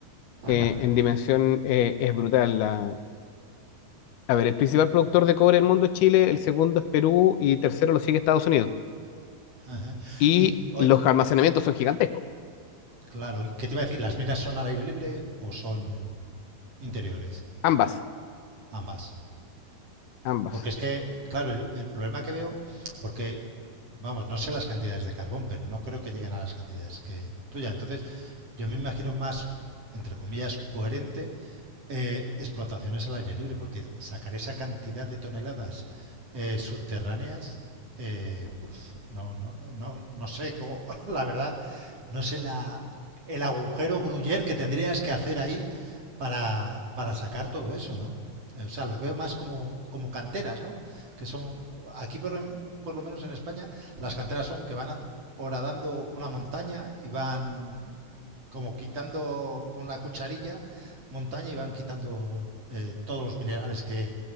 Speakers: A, on the right; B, on the left.
A: Ujú,
B: Eh, en dimensión eh, es brutal. la- A ver, el principal productor de cobre del mundo es Chile, el segundo es Perú y tercero lo sigue Estados Unidos.
A: ajá.
B: y
A: Y oye,
B: los almacenamientos son gigantescos.
A: claro, ¿y qué te iba a decir? ¿Las minas son al aire libre o son interiores?
B: Ambas,
A: Ambas.
B: ambas.
A: Porque es que, claro, el, el problema que veo, porque, vamos, no sé las cantidades de carbón, pero no creo que lleguen a las cantidades que tuya. Entonces, yo me imagino más, entre comillas, coherente eh, explotaciones al aire libre, porque sacar esa cantidad de toneladas eh, subterráneas, eh, puf, no, no, no, no, no sé cómo, <laughs> la verdad, no sé la, el agujero gruyer que tendrías que hacer ahí para, para sacar todo eso, ¿no? Eh, O sea, los veo más como, como canteras, ¿no? Que son, aquí por, en- por lo menos en España, las canteras son que van horadando una montaña y van como quitando con la cucharilla montaña y van quitando eh, todos los minerales que,